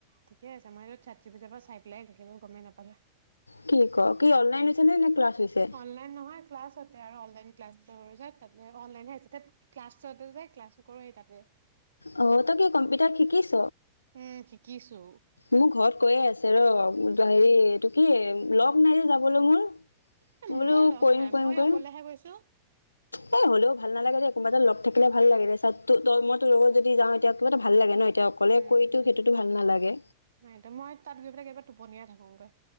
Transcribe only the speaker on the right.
ঠিকে আছে, মই <unintelligible> পৰা চাই পেলাই লেখিলো গমেই নাপালে।
অনলাইন নহয় ক্লাছতে আৰু অনলাইন ক্লাছ এটা কৰিছো তাতে, অনলাইন হে আহিছে ধেৎ, ক্লাছতে যে ক্লাছো কৰো সেই তাতেই।
উম শিকিছো
এ
মোৰো লগ
নাই
মই
অকলেহে গৈছো
উম্
উম্
সেইটো, মই তাত গৈ পেলাই কেতিয়াবা টোপনিয়াই থাকোগৈ।